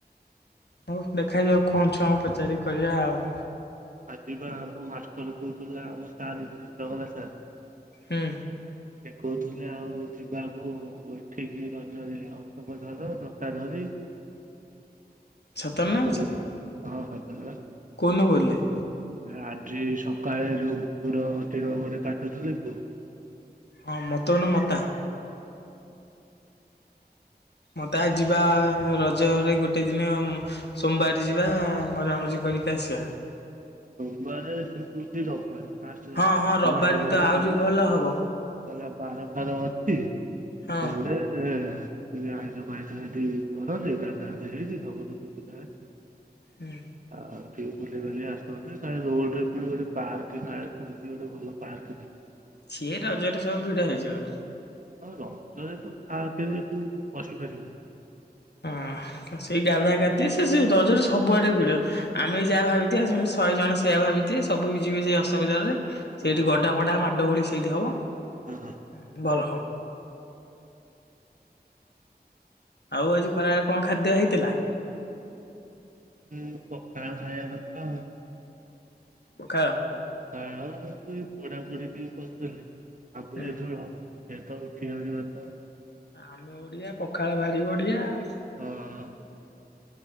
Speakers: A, on the left; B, on the right.
A: ହଉ ଦେଖାଯାଉ କଣ ଛୁଆଙ୍କୁ ପଚାରିକି କହିିବା ଆଉ।
B: ଆଜିିବା ଆମ ମାଷ୍ଟର କହୁଥିଲା ଆମ ସାର ଜଗନ୍ନାଥ ସାର୍।
A: ହୁଁ।
B: ସେ କହୁଥିଲେ ଆଉ ଯିବାକୁ ଏଠିକି ରଜରେ ଅଶୋକଝର ଜଟା ଧରି।
A: ସତରେ
B: କହୁଥିଲେ
A: ନା ମିଛରେ
B: ହଁ ସତରେ
A: କୋଉଦିନ କହୁଥିଲେ?
B: ଆଜି ସକାଳେ ଯୋଉ <unintelligible> ଗୋଟେ କାଟୁଥିଲି ପୁ
A: ହଁ ମତଉନୁ ମତା।
B: ହୁଁ ହୁଁ।
A: ମତେ ଆ ଯିବା ରଜରେ ଗୋ ଗୋଟେ ଦିନ ସୋମବାର ଯିବା ମଜାମଜି କରିକି ଆସିବା।
B: ସୋମବାରେ ସେ କହୁଛି ରବିବାରେ
A: ହଁ ହଁ ରବିବାର ବି ତ ଆହୁରି
B: ଗଲେ
A: ଭଲ ହବ
B: କହିଲା ବାର ଫାର ଅଛି
A: ହଁ।
B: ଗଲେ ଆଇଁଷ ଫାଇଁସ ସେଠି କରନ୍ତି ଗାଧା ଗାଧ ହେଇଛି ସବୁଠ ସୁବିଧା ଅଛି।
A: ହୁଁ।
B: ହଉ ଟିକେ ବୁଲିବାଲି ଆସ ରୋଡରେ ପୁଣି ଗୋଟେ ପାର୍କ ଗୋଟେ ଭଲ ପାର୍କେ
A: ସିଏ ରଜରେ ସବୁ ଭିଡ ହେଇଯିବ।
B: ହଁ ରଜରେ ତ ବାରେ ତୁ ବସି ପାରିବୁନୁ।
A: ହଁ ସେଇ ଗାଧା
B: ହଁ।
A: ଗାଧି ସେ ସେ ରଜରେ ସବୁଆଡେ ଭିଡ। ଆମେ ବି ଯାହା ଭାବିଥିବା ସେମତି ଶହେ ଜଣ ସେୟଆ ଭାବିଥିବେ ସବୁ ବି ଯିବେ ସେଇ ଅଶୋକଝରରେ
B: ହଁ
A: ସେଇଠି ଗଡାପଡା ମାଡ ଗୋଳି ସେଇଠି ହବ।
B: ହୁଁ।
A: ହଁ ଭଲ। ଆଉ ଆଜି ଖରାବେଳେ କଣ ଖାଦ୍ୟ ହେଇଥିଲା?
B: ହୁଁ ପଖାଳ ଖାଇବା କଥା ଆଉ
A: ପଖାଳ।
B: ପଖାଳ ଆଉ ଏଇ ପୋଡାପୋଡ଼ି ଟିକେ କରିଦେଲେ ଆମ୍ବୁଲ
A: ହୁଁ।
B: ଝୋଳ। ସେ ତ ଉଠି ଜିବତ।
A: ଆମେ ଓଡିଆ ପଖାଳ ଭାରି ବଢ଼ିଆ ଆଉ
B: ହଁ